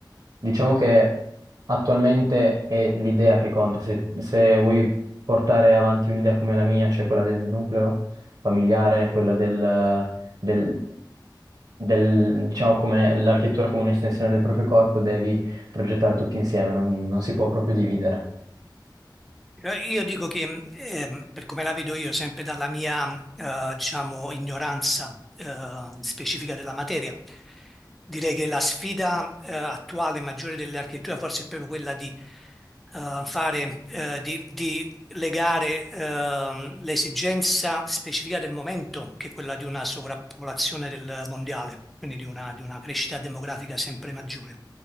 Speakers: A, on the right; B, in the centre.
A: diciamo che attualmente è l'idea che conta. Se, se vuoi portare avanti un'idea come la mia, cioè quella del nucleo familiare, quella del, del- del- diciamo come l'architettura come un'estensione del proprio corpo, devi progettare tutti insieme, non non si può proprio dividere.
B: Eh, Io dico che, ehm, per come la vedo io, sempre dalla mia, eh, diciamo, ignoranza, eh, specifica della materia, direi che la sfida, eh, attuale maggiore dell'architettura forse è proprio quella di eh, fare, eh, di, di legare ehm, l'esigenza specifica del momento, che è quella di una sovrappopolazione del mondiale, quindi di una, di una crescita demografica sempre maggiore.